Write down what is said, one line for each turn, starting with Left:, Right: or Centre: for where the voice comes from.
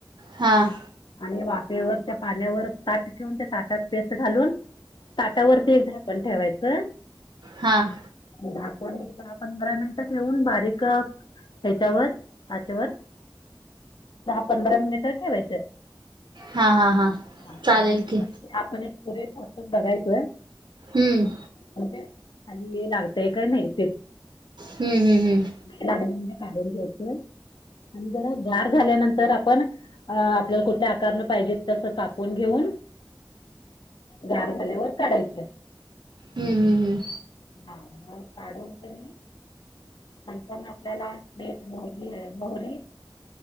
Right: हां.
Left: आणि वाफेवर त्या पाण्यावर ताट ठेवून त्या ताटात पेस्ट घालून त्या वरती एक झाकण ठेवायचं.
Right: हां.
Left: दहा को दहा पंधरा मिनिटं ठेऊन बारीक ह्याच्यावर ताटवर दहा पंधरा मिनिट ठेवायचं.
Right: हा हा
Left: हा
Right: चालेल
Left: म्हण
Right: की
Left: आपण एक सुरे कोचून बघायचोय.
Right: हम्म.
Left: म्हणजे खाली ये लागतय काय नाही ते
Right: हम्म हम् हम्.
Left: ला म्हणजे काढून घ्यायचय आणि जरा जाड झाल्यानंतर आपण अ आपल्याला कुठल्या आकारने पाहिजेत तसं कापून घेऊन गार झाल्यावर काढायच
Right: हम्म हम्म हम्म
Left: हा मग काढून त्यांनी नंतर आपल्याला मीठ मोहरी मोहरी